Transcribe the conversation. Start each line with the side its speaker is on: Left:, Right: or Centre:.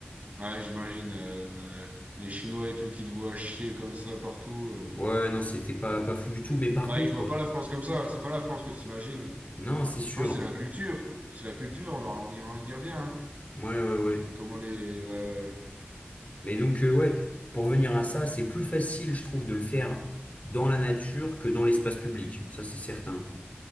Right: Ouais, j'imagine euh, les Chinois et tout qui te voient chier comme ça partout. euh.
Left: Ouais, non, c'était pas, pas fou du tout. Mais par
Right: Ouais,
Left: contre,
Right: ils voient
Left: ouais.
Right: pas la France comme ça. C'est pas la France que tu imagines.
Left: non, c'est sûr.
Right: Je pense que c'est la culture. C'est la culture. On, en- on y, on y revient. hein.
Left: Ouais, ouais, ouais.
Right: C'est comment les. Ouais, ouais. ouais.
Left: Mais donc, euh, ouais, pour venir à ça, c'est plus facile, je trouve, de le faire dans la nature que dans l'espace public. Ça, c'est certain.